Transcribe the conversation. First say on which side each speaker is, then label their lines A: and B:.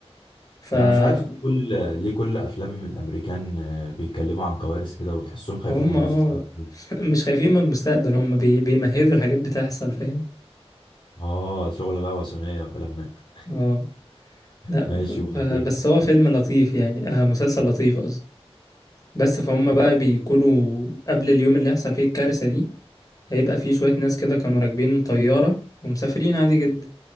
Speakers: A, on the left; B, on the left.
A: فهم
B: انا مش عارف ليه كل ليه كل افلام الامريكان آه، بيتكلموا عن كوارث كده وتحسهم خايفين
A: اه
B: من المستقبل
A: <laughs> مش خايفين من المستقبل هم بي... بيمهدوا الحاجات بتحصل فاهم
B: اه شغل بقى ماسونيه وكلام من ده
A: اه لا
B: ماشي
A: ف... ف...
B: وبعدين
A: بس هو فيلم لطيف يعني آه مسلسل لطيف بس فهم بقى بيكونوا قبل اليوم اللي يحصل فيه الكارثة دي هيبقى فيه شوية ناس كده كانوا راكبين طيارة ومسافرين عادي جدا